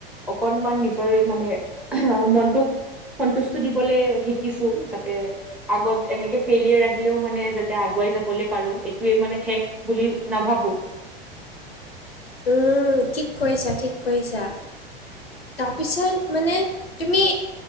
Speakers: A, in the centre; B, on the left.
A: অকনমান নিজৰে মানে মনটোক সন্তুষ্টু দিবলে শিকিছো যাতে আগত এনেকে ফেইলিয়াৰ আহিলেও মানে যাতে আগুৱাই যাবলে পাৰো এইটোৱে মানে শেষ- বুলি নাভাবো।
B: উম' ঠিক কয়িছা ঠিক কয়িছা। তাৰপিছত মানে তুমি